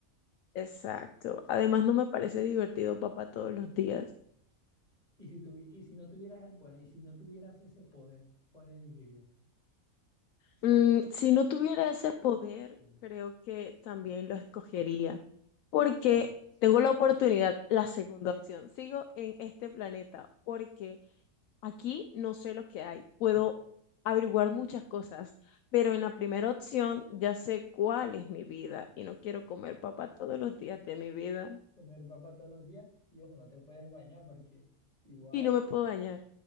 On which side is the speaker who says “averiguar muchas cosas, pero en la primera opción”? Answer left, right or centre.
Left